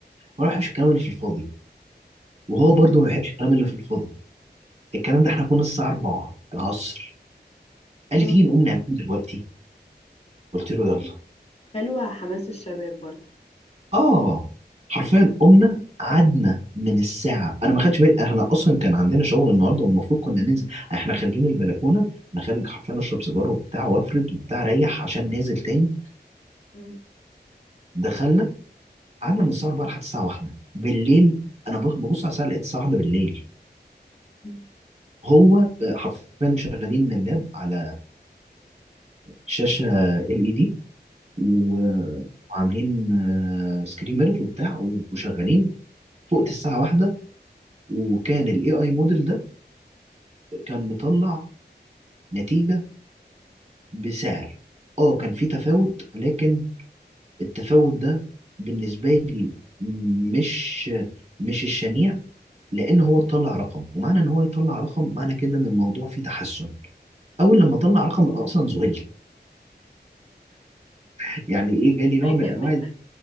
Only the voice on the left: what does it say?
مم.
مم.
حلوة حماس الشباب برضه
مم.
مم.
بتفاجئ
من